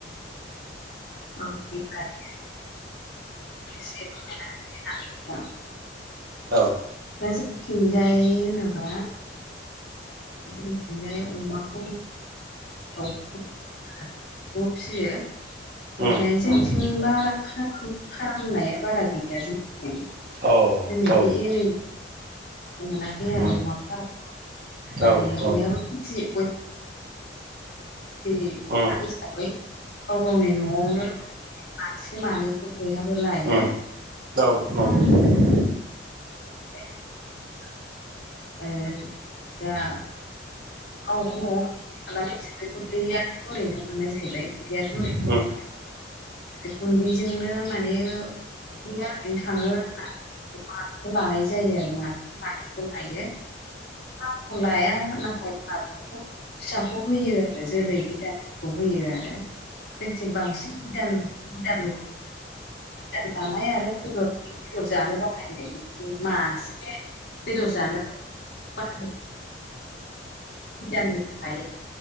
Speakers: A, on the left; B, on the right.
A: <unintelligible> से फोरमायना नोथां
B: औ
A: दा जोंथिंजाय होनोबा बिसोरथिजाय अमाखौ ओ <unintelligible> फिसियो ओमफ्राय
B: उम
A: जोंथिं
B: उम
A: बारा <unintelligible> फारामनाया बारा गैया जोंनिथिं। जोंनि
B: औ औ उम
A: बि इरि मोनाखै आरो
B: उम
A: अमा फाराखौ। माने
B: औ
A: बयहाबो
B: उम
A: थि ब <unintelligible>
B: अ
A: हिसाबै गाव गावनि न'आवनो मासे मानैखौ बयहाबो लायो
B: नंगौ उम औ नंगौ
A: फार्मखौ <unintelligible> ए <inaudible> दा औ खालामनाय हिसाबै गुन्दैयाथ' ओरैनो मोननाय जाहैबाय गुैयाथ' ओरैनो
B: नंगौ
A: ओमफ्राय गुन्दैजोंनो माने गैया ओरैनो थाङो होननानैमा लानाय जायो आरो ना। <unintelligible> लायो <unintelligible> खौ लाया <unintelligible> फिसाखौ होयो आरो जोलै बिदाखौ होयो आरो। जोंथिं बांसिन <unintelligible> दान लानाय आरो बेदर बेदर जानो बाहायनाय मासे बेदर जानो बाहाय बिधाननि थाखाय